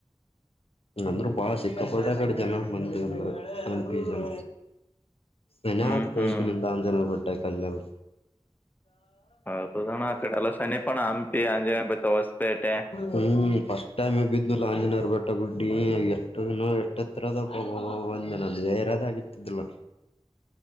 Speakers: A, on the left; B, on the left.
A: ಅಂದ್ರು ಬಾಳ ಸಿಕ್ಕಾಪಟ್ಟ ಕಡೆ ಜನ ಮಂದಿ ಅಂದ್ರಂಪಿ ಜನ ನೆನ್ನೆ
B: ಹ್ಮ್
A: ಅತ್ತ
B: ಹ್ಮ್
A: ಎಂತಾವ ಪಟ್ಟೆ ಕಲ್ಲಲ್
B: ಹೌದಣ್ಣ ಆ ಕಡೆ ಎಲ್ಲ ಸಮೀಪಣ ಹಂಪಿ ಆಂಜನೇಯ ಬೆಟ್ಟ ಹೊಸಪೇಟೆ
A: ಹ್ಮ್ ಟೈಮ್ ಬಿದ್ನು ಲ ಆಂಜನೇಯರ್ ಬೆಟ್ಟ ಗುಡ್ಡಿ ಎಷ್ಟು ಎಷ್ಟ ಹತ್ರದಬ ಬಂದ ನ ಅಲ್ಲೇ ಇರದ್ ಆಗಿರ್ತಿದಿಲ್ಲ